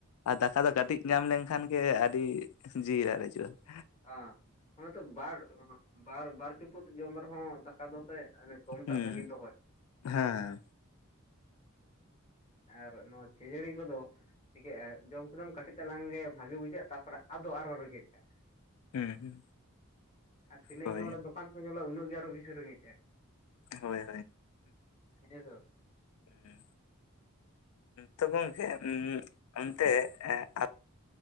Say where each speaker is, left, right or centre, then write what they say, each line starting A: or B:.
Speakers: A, on the left; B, on the left.
A: ᱟᱨ ᱫᱟᱠᱟ
B: ᱦᱩᱸ
A: ᱫᱚ ᱠᱟᱹᱴᱤᱡ ᱧᱟᱢ ᱞᱮᱱᱠᱷᱟᱱ ᱜᱮ ᱟᱹᱰᱤ ᱡᱤᱣᱤ ᱨᱟᱲᱮᱡᱚᱜ-ᱟ ᱾
B: ᱟᱸ ᱦᱚᱸᱛᱚ ᱵᱟᱨ ᱵᱟᱨ ᱵᱟᱨ ᱪᱩᱯᱩᱫ ᱡᱚᱢ ᱨᱮ ᱦᱚᱸ ᱫᱟᱠᱟ ᱫᱚ ᱥᱮ ᱟᱱᱮ ᱫᱚᱢ
A: ᱦᱩᱸ
B: ᱴᱟᱜ ᱵᱷᱟᱜᱤᱭ ᱫᱚᱦᱚᱭ ᱾
A: ᱦᱮᱸ
B: ᱟᱨ ᱱᱚᱣᱟ ᱠᱷᱮᱡᱟᱹᱲᱤ ᱠᱚ ᱫᱚ ᱪᱤᱠᱟᱹᱜᱼᱟ ᱡᱚᱢ ᱠᱮᱫᱟᱢ ᱠᱟᱹᱴᱤᱡ ᱛᱟᱞᱟᱝ ᱜᱮ ᱵᱷᱟᱹᱜᱤ ᱵᱩᱡᱷᱟᱹᱜᱼᱟ ᱛᱟᱨᱯᱚᱨᱮ ᱟᱫᱚ ᱟᱨ ᱦᱚᱸ ᱨᱮᱸᱜᱮᱡᱼᱟ ᱾
A: ᱦᱩᱸ
B: ᱟᱨ ᱛᱤᱱᱟᱹᱜ
A: ᱦᱳᱭ
B: ᱜᱮ ᱚᱸᱰᱮ ᱫᱚᱠᱟᱱ ᱠᱩ ᱧᱮᱞᱚᱜ ᱩᱱᱟᱹᱜ ᱜᱮ ᱟᱨ ᱵᱮᱥᱤ ᱨᱮᱸᱜᱮᱡᱼᱟ ᱾
A: ᱦᱳᱭ ᱦᱳᱭ
B: ᱦᱮᱸ ᱥᱮ
A: ᱾ ᱛᱚ ᱜᱚᱝᱠᱮ ᱩᱸ ᱚᱱᱛᱮ ᱮᱸ ᱟ